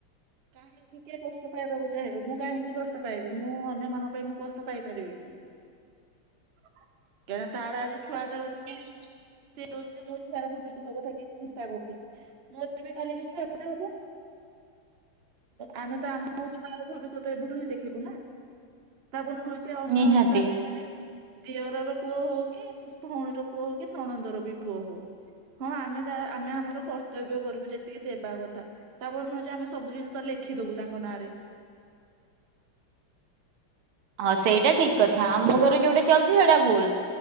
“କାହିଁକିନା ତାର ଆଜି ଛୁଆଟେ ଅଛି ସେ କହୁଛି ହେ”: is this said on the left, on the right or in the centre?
Right